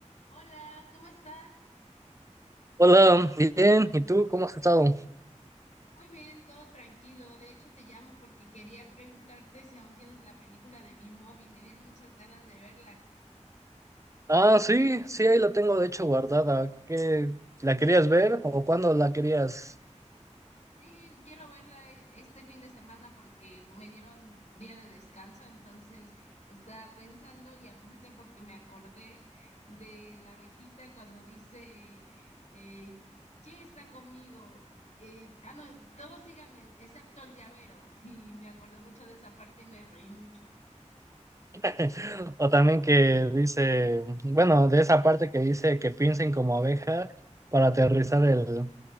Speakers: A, on the left; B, on the right.
A: Hola, ¿cómo estás?
B: Hola, bien, ¿y tú cómo has estado?
A: Muy bien, todo tranquilo. De hecho, te llamo porque quería preguntarte si aún tienes la película de B-Movie. Me dieron muchas ganas de verla.
B: Ah, sí, sí, ahí la tengo de hecho guardada. ¿Qué, la querías ver o cuándo la querías?
A: Sí, quiero verla e- este fin de semana porque me dieron día de descanso, entonces estaba pensando y aparte porque me acordé de la abejita cuando dice, eh, ¿quién está conmigo? Eh, ah, no, todos síganme, excepto el llavero. <laughs> Y me acordé mucho de esa parte y me reí mucho.
B: <laughs> O también que dice, bueno, de esa parte que dice que piensen como abeja para aterrizar el,